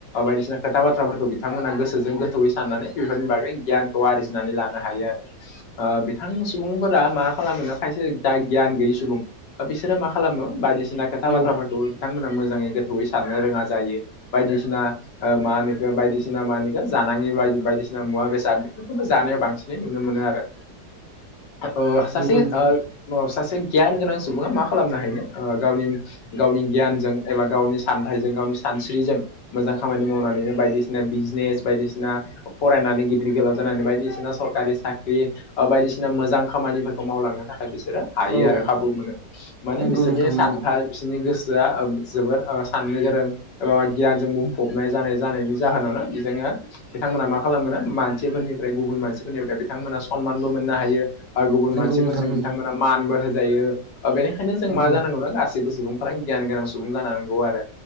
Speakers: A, on the left; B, on the right.
A: बायदिसिना खोथा बाथ्राफोरखौ बिथांमोना गोसोजों गोथौयै साननानै बेफोरनि बागै गियान खौ आरजिनानै लानो हायो आरो ओ बिथां सुबुंफोरा मा खालामोनो खायसे जाय गियान गैयि सुबुं बिसोरो मा खालामो बायदिसिना खोथा
B: औ
A: बाथ्राफोरखौ बिथांमोना मोजाङै गोथौयै साननो रोङा जायो बायदिसिना ओ मा होनो इखो बायदिसिना मा होनो इखो जानाङि बायदि बायदिसिना मुवा बेसाद बेफोरखौ जानायाव बांसिनै नुनो मोनो आरो ओ सासे
B: नंगौ नोंथां
A: ओ औ सासे गियान गोनां सुबुङा मा खालामनो हायोनो ओ गावनि गावनि गियानजों एबा गावनि सानथाइजों गावनि सानस्रिजों मोजां खामानि मावनानैनो बायदिसिना बिजनेस बायदिसिना फरायनानै गिदिर गोलाव जानानै बायदिसिना स'रकारि साख्रि ओबायदिसिना मोजां खामानिफोरखौ मावलांनो थाखाय बिसोरो हायो
B: औ
A: आरो खाबु मोनो माने
B: नंगौ
A: बिसोरनि
B: नोंथां नंगौ
A: सान्थाय बिसिरनि गोसोआ ओ जोबोर ओ साननो गोरों एवा गियानजों बुंफबनाय जानाय जानायनि जाहोनावनो बेजोंनो बिथांमोना मा खालामोनो मान थिफोरनिफ्राय गुबुन मानसिफोरनि बिथांमोना स'नमानबो मोननो हायो आर गुबुन
B: नंगौ
A: मानसिफोरजों
B: नोंथां नंगौ
A: बिथांमोना मान मानबो होजायो ओ बेनिखायनो जों
B: नंगौ
A: मा जानांगौनो गासिबो सुबुं फ्राय गियान गोनां सुबुं जांगौ आरो